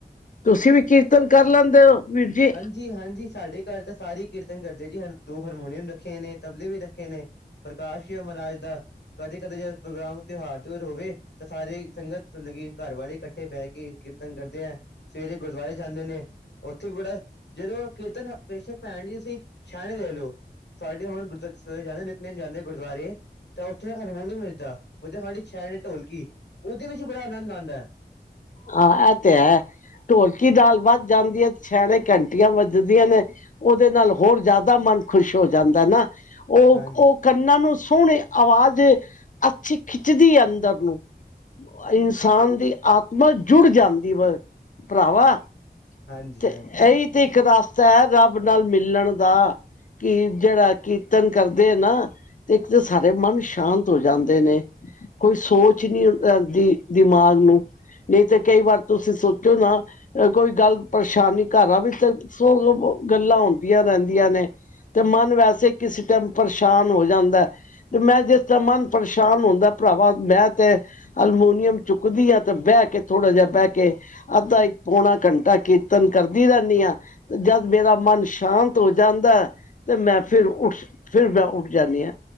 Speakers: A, on the left; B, on the left.
A: ਤੁਸੀਂ ਵੀ ਕੀਰਤਨ ਕਰ ਲੈਂਦੇ ਹੋ ਵੀਰ ਜੀ।
B: ਜੀ ਹਾਂਜੀ ਸਾਡੇ ਘਰ ਤਾਂ ਸਾਰੇ ਕੀਰਤਨ ਕਰਦੇ ਜੀ ਦੋ ਹਰਮੋਨੀਅਮ ਰੱਖੇ ਨੇ, ਤਬਲੇ ਵੀ ਰੱਖੇ ਨੇ। ਪ੍ਰਕਾਸ਼ ਹੈ ਮਹਾਰਾਜ ਦਾ, ਕਦੇ-ਕਦੇ ਜ ਪ੍ਰੋਗਰਾਮ ਤਿਉਹਾਰ ਚ ਹੋਵੇ ਤਾਂ ਸਾਰੇ ਸੰਗਤ ਲੱਗੀ ਘਰ ਵਾਲੇ ਕੱਠੇ ਬਹਿ ਕੇ ਕੀਰਤਨ ਕਰਦੇ ਹੈ। ਸਵੇਰੇ ਗੁਰਦੁਆਰੇ ਜਾਂਦੇ ਨੇ ਉਥੇ ਵੀ ਬੜਾ ਜਦੋਂ ਕੀਰਤਨ ਬੇਸ਼ਕ ਭੈਣ ਜੀ ਤੁਸੀਂ ਛਹਿਣੇ ਦੇ ਲਓ। ਸਾਡੇ ਹੁਣ ਗੁਰੂ ਜਾਂਦੇ ਜਿਤਨੇ ਜਾਂਦੇ ਗੁਰਦੁਆਰੇ। ਤਾਂ ਉੱਥੇ ਹਾਰਮੋਨੀਅਮ ਨੀ ਵਜਦਾ, ਵਜਦੇ ਸਾਡੀ ਛੈਣੇ ਢੋਲਕੀ ਉਹਦੇ ਵਿੱਚ ਬੜਾ ਅਨੰਦ ਆਦਾ।
A: ਹਾਂ ਇਹ ਤੇ ਹੈ ਢੋਲਕੀ ਨਾਲ ਵੱਧ ਜਾਂਦੀ ਹੈ ਛਿਆਣੇ ਘੰਟੀਆਂ ਵੱਜਦੀਆਂ ਨੇ ਉਦੇ ਨਾਲ ਹੋਰ ਜ਼ਿਆਦਾ ਮਨ ਖੁਸ਼ ਹੋ ਜਾਂਦਾ ਨਾ। ਉਹ,
B: ਹਾਂਜੀ
A: ਉਹ ਕੰਨਾਂ ਨੂੰ ਸੋਹਣੇ ਆਵਾਜ਼ ਅੱਛੀ ਖਿੱਚਦੀ ਹੈ ਅੰਦਰ ਨੂੰ ਇਨਸਾਨ ਦੀ ਆਤ <unintelligible> ਜੁੜ ਜਾਂਦੀ ਵਾ ਭਰਾਵਾ।
B: ਹਾਂਜੀ
A: ਤੇ
B: ਹਾਂਜੀ
A: ਇਹੀ ਤੇ ਇੱਕ ਰਸਤਾ ਹੈ ਰੱਬ ਨਾਲ ਮਿਲਣ ਦਾ। ਕੀ ਜਿਹੜਾ ਕੀਰਤਨ ਕਰਦੇ ਆ ਨਾ। ਤੇ ਇੱਕ ਤਾਂ ਸਾਰੇ ਮਨ ਸ਼ਾਂਤ ਹੋ ਜਾਂਦੇ ਨੇ। ਕੋਈ ਸੋਚ ਨਹੀਂ ਰਹਿੰਦੀ ਦਿਮਾਗ ਨੂੰ। ਨਹੀਂ ਤੇ ਕਈ ਵਾਰ ਤੁਸੀਂ ਸੋਚੋ ਨਾ ਕੋਈ ਗੱਲ ਪਰੇਸ਼ਾਨੀ, ਘਰਾਂ ਵਿੱਚ ਗੱਲਾਂ ਹੁੰਦੀਆਂ ਰਹਿੰਦੀਆਂ ਨੇ। ਤੇ ਮਨ ਵੈਸੇ ਕਿਸੇ ਟਾਈਮ ਪਰੇਸ਼ਾਨ ਹੋ ਜਾਂਦਾ। ਤੇ ਮੈਂ ਜਿਸਦਾ ਮਨ ਪਰੇਸ਼ਾਨ ਹੁੰਦਾ ਭਰਾਵਾ ਮੈਂ ਤੇ ਅਲਮੋਨੀਅਮ ਚੁੱਕਦੀ ਆ ਤੇ ਬਹਿ ਕੇ ਥੋੜਾ ਜਿਹਾ ਬਹਿ ਕੇ ਅੱਧਾ- ਇੱਕ- ਪੌਣਾ ਘੰਟਾ ਕੀਰਤਨ ਕਰਦੀ ਰਹਿੰਦੀ ਹਾਂ। ਤੇ ਜਦ ਮੇਰਾ ਮਨ ਸ਼ਾਂਤ ਹੋ ਜਾਂਦਾ। ਤੇ ਮੈਂ ਫਿਰ ਉੱਠ ਫਿਰ ਮੈਂ ਉੱਠ ਜਾਂਦੀ ਹਾਂ।